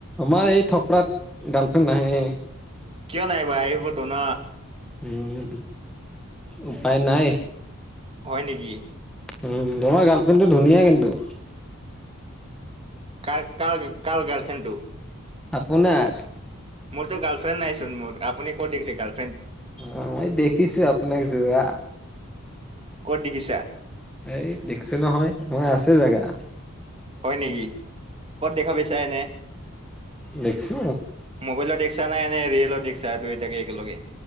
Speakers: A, in the centre; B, on the right.
A: আমাৰ এই থপৰাত গাৰ্লফ্ৰেণ্ড নাহে
B: কিয় নাহিব আহিবতো ন
A: উম উপায় নাই
B: হয় নেকি
A: উম তোমাৰ গাৰ্লফ্ৰেণ্ড টো ধুনীয়া কিন্তু
B: কাৰ কাৰ গাৰ্লফ্ৰেণ্ডটো
A: আপোনাৰ
B: মোৰতো গাৰ্লফ্ৰেণ্ড নাইচোন মোৰ আপুনি কত দেখিলে গাৰ্লফ্ৰেণ্ড।
A: অ' মই দেখিছো আপোনাক যোৱা।
B: ক'ত দেখিছা?
A: এই দেখছো নহয় মই আছে জাগা।
B: হয় নেকি ক'ত দেখা পাইছা এনে
A: দেখছো
B: মোবাইলত দেখছা নে এনে ৰিয়েলত দেখছা দুয়োটাকে একেলগে